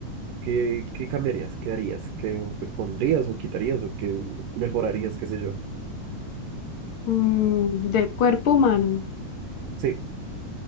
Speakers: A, on the right; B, on the left.
A: ¿qué, qué cambiarías? ¿Qué harías? ¿Qué pues, pondrías o quitarías o qué mejorarías, qué sé yo?
B: Mm, del cuerpo humano.
A: Sí,